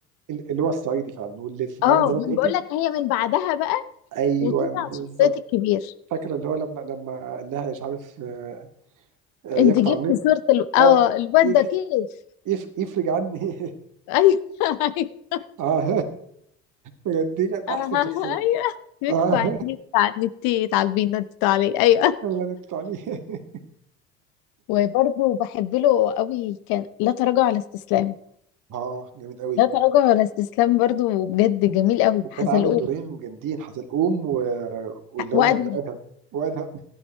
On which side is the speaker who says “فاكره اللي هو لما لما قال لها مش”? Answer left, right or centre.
Right